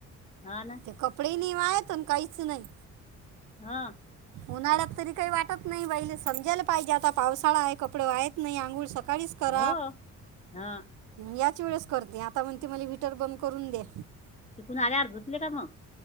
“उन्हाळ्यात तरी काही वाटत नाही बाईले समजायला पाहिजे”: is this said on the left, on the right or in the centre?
Right